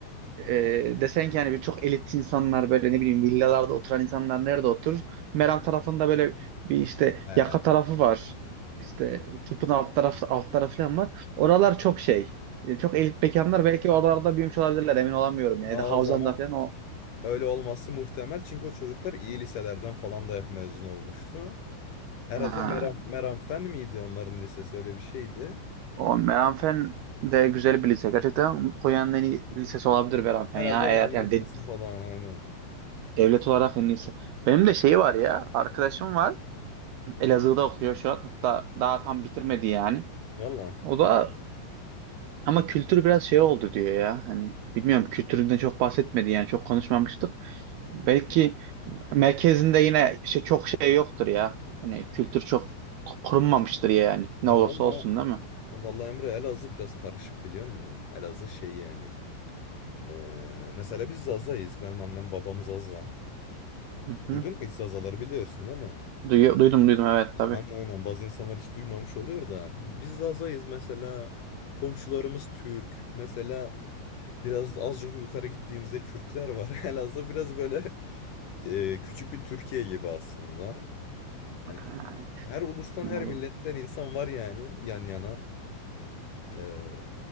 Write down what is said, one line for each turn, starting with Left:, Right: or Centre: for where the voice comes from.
Right: e, desen ki yani bir çok elit insanlar böyle ne bileyim villalarda oturan insanlar nerede oturur? Meram tarafında böyle bir işte
Left: He.
Right: yaka tarafı var. İşte tıpın alt tarafı alt tarafı falan var. Oralar çok şey. e, Çok elit mekanlar belki oralarda büyümüş olabilirler emin olamıyorum yani.
Left: Aa,
Right: Ya da Havzan'da
Left: O zaman
Right: falan o.
Left: öyle olması muhtemel. Çünkü o çocuklar iyi liselerden falan da hep mezun olmuştu. Herhalde
Right: Ha.
Left: Meram, Meram Fen miydi onların lisesi öyle bir şeydi.
Right: O Meranfen de güzel bir lise. Gerçekten Konya'nın en iyi lisesi olabilir Meranfen
Left: Herhalde
Right: ya. Eğer
Left: en iyi
Right: yani
Left: lisesi
Right: de-
Left: falan aynen.
Right: devlet olarak en iyisi. Benim de şey var ya. Arkadaşım var. Elazığ'da okuyor şu an. Hatta daha tam bitirmedi yani.
Left: Valla.
Right: O da ama kültür biraz şey oldu diyor ya. Hani bilmiyorum kültüründen çok bahsetmedi yani çok konuşmamıştık. Belki merkezinde yine şey çok şey yoktur ya. Hani kültür çok korunmamıştır yani.
Left: Ya
Right: Ne olursa
Left: valla
Right: olsun değil mi?
Left: Vallahi Emre Elazığ biraz karışık biliyor musun? Elazığ şey yani. Ee, mesela biz Zaza'yız. Benim annem babam Zaza.
Right: Hı hı.
Left: Duydun mu hiç Zazaları biliyorsun değil mi?
Right: Duyu- duydum duydum evet tabii.
Left: Aynen aynen bazı insanlar hiç duymamış oluyor da. Biz Zaza'yız mesela. Komşularımız Türk. Mesela biraz azıcık yukarı gittiğimizde Kürtler var. <laughs> Elazığ biraz böyle ee, küçük bir Türkiye gibi aslında. Hani
Right: Ha,
Left: her ulustan
Right: anladım.
Left: her milletten insan var yani yan yana. Ee,